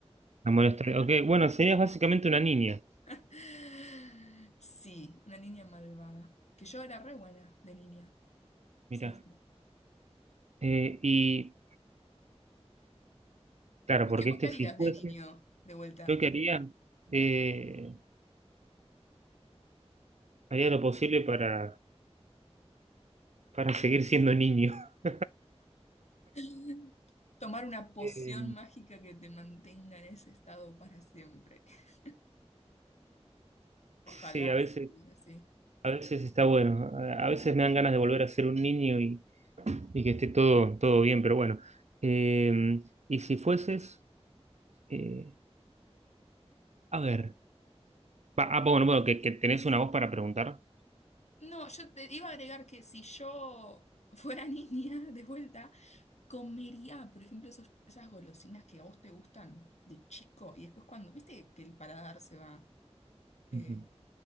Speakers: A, on the right (about 85°); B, on the left (about 85°).
A: molestaré. Ok, bueno, serías básicamente una niña.
B: <laughs> Sí, una niña malvada. Que yo era re buena de niña.
A: Mira.
B: Sí, sí.
A: Eh, y claro,
B: ¿Y
A: porque
B: qué, vos
A: este
B: qué harías
A: si fuese,
B: de niño de vuelta?
A: yo que haría, eh, haría lo posible para, para seguir siendo niño. <laughs>
B: <laughs> Tomar una poción
A: Eh,
B: mágica que te mantenga en ese estado para siempre. <laughs> Ojalá
A: sí, a veces,
B: se pudiera, sí.
A: a veces está bueno. A, a veces me dan ganas de volver a ser un niño y, y que esté todo, todo bien, pero bueno. Eh, y si fueses, eh, a ver. Va, ah, bueno, bueno, que, que tenés una voz para preguntar.
B: No, yo te iba a agregar que si yo fuera <laughs> niña de vuelta, comería, por ejemplo, esos- esas golosinas que a vos te gustan de chico y después cuando, viste que el paladar se va eh,
A: Ujú.